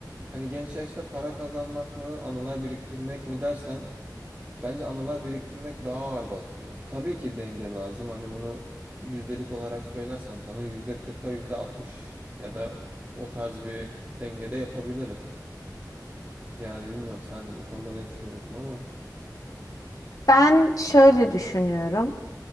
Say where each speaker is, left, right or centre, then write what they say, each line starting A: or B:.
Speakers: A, on the right; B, on the left.
A: Hani genç yaşta para kazanmak mı, anılar biriktirmek mi dersen Bence anılar biriktirmek daha ağır basıyor. Tabii ki denge lazım. Hani bunu yüzdelik olarak söylersem sana yüzde kırka yüzde altmış ya da o tarz bir dengede yapabiliriz. Yani bilmiyorum sen bu konuda ne düşünüyorsun ama
B: Ben şöyle düşünüyorum.